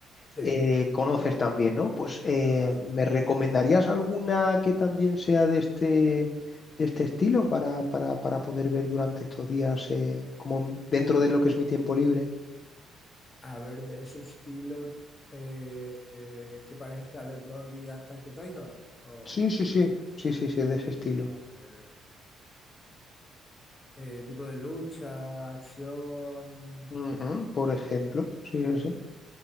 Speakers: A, on the left (about 30°); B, on the left (about 45°).
A: sí,
B: eh, conoces también, ¿no? Pues eh,
A: claro. claro.
B: ¿me recomendarías alguna que también sea de este, de este estilo para, para, para poder ver durante estos días eh, como dentro de lo que es mi tiempo libre?
A: A ver, de ese estilo eh, eh, que parezca Death Note y Attack on Titan. O,
B: Sí, sí, sí, sí, sí, sí, de ese estilo.
A: a ver, eh, tipo de lucha, acción.
B: Ujú, por ejemplo, sí, sí, sí.